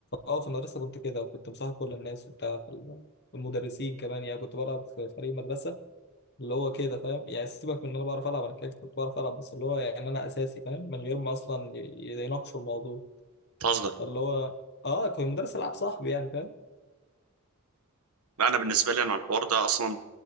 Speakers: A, on the left; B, on the right.
A: فأه في المدرسة كنت كده وكنت مصاحب كل الناس وبتاع في ال- المدرسين كمان يعني كنت بلعب في فريق مدرسة اللي هو كده فاهم يعني سيبك من إن أنا بعرف ألعب أنا كده كنت بعرف ألعب بس اللي هو يعني أنا أساسي فاهم من غير ما أصلا ي- يناقشوا الموضوع
B: تهزر
A: فاللي هو أه كنت مدرس ألعاب صاحبي يعني فاهم
B: انا بالنسبه لي انا الحوار ده اصلا